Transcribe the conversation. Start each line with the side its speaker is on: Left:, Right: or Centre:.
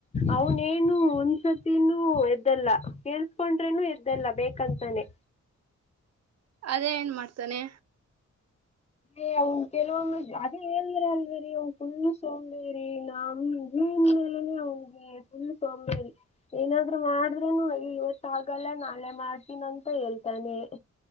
Left: ಅವನೇನು ಒಂದ್ಸತಿನೂ ಎದ್ದಲ್ಲ ಕೇಳ್ಸ್ಕೊಂಡ್ರೇನು ಎದ್ದಲ್ಲ ಬೇಕಂತಾನೆ
Right: ಅದೇ ಏನ್ ಮಾಡ್ತಾನೆ
Left: ಅೆ ಅವ ಕೆಲವೊಮ್ಮ ಅದೇ ಹೇಳದ್ರ ಅಲ್ವರಿ ಅವ್ ಫುಲ್ ಸೋಂಬೇರಿ ನಮಗೆನ್ ಮೇಲನೆ ಅವನ್ಿಗೆ ಫುಲ್ ಸೋಂಬೇರಿ ಏನಾದ್ರು ಮಾಡ್ರನು ಇವತ್ತ ಆಾಗಲ್ಲ ನಾಳೆ ಮಾಡ್ತೀನ ಅಂತ ಹೇಳ್ತಾನೆ